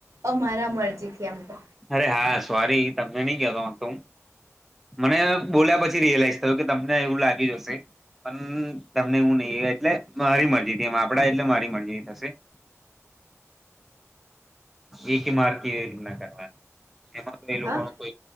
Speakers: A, on the right (about 75°); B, in the centre.
A: અમારા મરજીથી એમ તો
B: અરે હા સોરી તમને નહીં કતો ત મને બોલ્યા પછી રિયલાઈઝ થયું કે તમને એવું લાગી જશે પણ તમને એવુ નહી એ એટલે મારી મરજીથી એમ આપડા એટલે મારી મરજી થશે એક કે માર્કી ના કરવા એમાં તો એ લોકો
A: હા
B: ન કોઈ